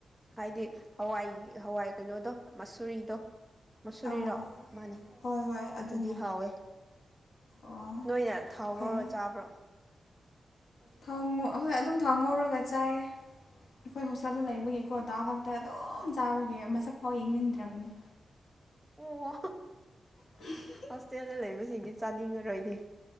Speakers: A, in the centre; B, on the left.
A: ꯍꯥꯏꯗꯤ ꯍꯋꯥꯏ ꯍꯋꯥꯏ ꯀꯩꯅꯣꯗꯣ ꯃꯁꯨꯨꯔꯤꯗꯣ ꯃꯁꯨꯨꯔꯤꯔꯣ
B: ꯑꯥ
A: ꯃꯥꯅꯤ
B: ꯍꯣꯏ ꯍꯣꯏ ꯑꯗꯨꯅꯦ
A: ꯑꯗꯨꯗꯤ ꯍꯥꯎꯋꯦ
B: ꯑꯣ
A: ꯅꯣꯏꯅ ꯊꯥꯎ
B: ꯐꯩ
A: ꯉꯧꯔ ꯆꯥꯕ꯭ꯔꯣ
B: ꯊꯥꯎꯉꯣ ꯑꯍꯣꯏ ꯑꯗꯨꯝ ꯊꯥꯎ ꯉꯧꯔꯒ ꯆꯥꯏꯌꯦ ꯑꯩꯈꯣꯏ ꯍꯣꯁꯇꯦꯜꯗ ꯂꯩꯕꯒꯤꯀꯣ ꯗꯥꯜ ꯈꯛꯇ ꯑꯗꯨꯝ ꯆꯥꯕꯒꯤ ꯃꯁꯛꯐꯥꯎ ꯌꯦꯡꯅꯤꯡꯗ꯭ꯔꯕꯅꯦ
A: ꯑꯣ
B: <unintelligible>
A: ꯍꯣꯁꯇꯦꯜꯗ ꯂꯩꯕꯖꯤꯡꯗꯤ ꯆꯥꯅꯤꯡꯉꯔꯣꯏꯅꯦ